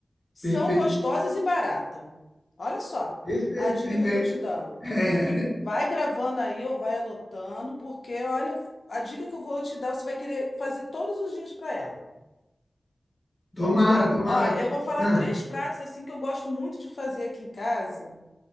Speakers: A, on the left (about 75°); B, on the left (about 30°).
A: São
B: Perfeito.
A: gostosas e barata. Olha só
B: Perfeito,
A: a dica
B: perfeito.
A: que eu tô te dando.
B: <laughs>
A: Vai gravando aí ou vai anotando, porque olha, a dica que eu vou te dar, você vai querer fazer todos os dias para ela.
B: Tomara,
A: Vamos lá.
B: tomara.
A: Olha, eu vou falar
B: Ah,
A: três pratos assim que eu gosto muito de fazer aqui em casa